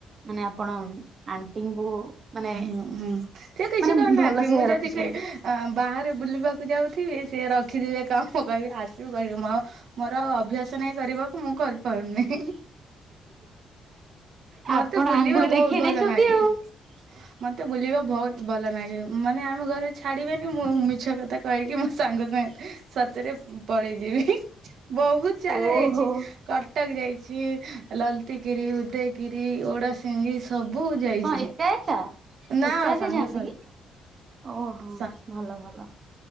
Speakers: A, on the right (about 45°); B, on the right (about 70°).
A: ମାନେ ଆପଣ ଉଁ ଆଣ୍ଟିଙ୍କୁ। ମାନେ
B: ହୁଁ ହୁଁ। ସେ କିଛି
A: ମାନେ
B: କରୁନାହାନ୍ତି
A: ଭଲସେ
B: ମୁଁ ଯଦି
A: ରଖିଛନ୍ତି।
B: କୁହେ ଅ ବାହାରେ ବୁଲିବାକୁ ଯାଉଥିବି ସେ ର ରଖିଥିବେ କାମ କହିବେ ଆସିବୁ କରିବୁ ମ ମୋର ଆଉ ଅଭ୍ୟାସ ନାଇଁ କରିବା ମୁଁ କରିପାରୁନି ହି ହି। ମତେ
A: ଆପଣ
B: ବୁଲିବା
A: ଆଙ୍ଗୁଳି
B: ବହୁତ
A: ଦେଖେଇ
B: ଭଲ
A: ଦେଇଛନ୍ତି
B: ନାଗେ
A: ଆଉ।
B: ମତେ ବୁଲିବା ବହୁ ତ ଭଲ ନାଗେ ମାନେ ଆମ ଘରେ ଛାଡିବେନି ମୁଁ ମିଛ କଥା କହିକି ମୋ ସାଙ୍ଗ ସାଙ୍ଗେ। ସତରେ ଉଁ ପଳେଇଯିବି ହିଁ। ବହୁତ ଜାଗା
A: ଓହୋ
B: ଯାଇଛି କଟକ ଯାଇଛି ଲଳିତ ଗିରି ଉଦୟଗିରି ଓଡାସିିଙ୍ଗି ସ ବହୁତ ଯାଇଛି
A: କଣ ଏକା ଏକା?
B: ନା
A: ଏକା ଏକା
B: ସାଙ୍ଗ
A: ଯାଆନ୍ତି
B: ସହେ।
A: କି? ଓହୋ
B: ସା
A: ଭଲ ଭଲ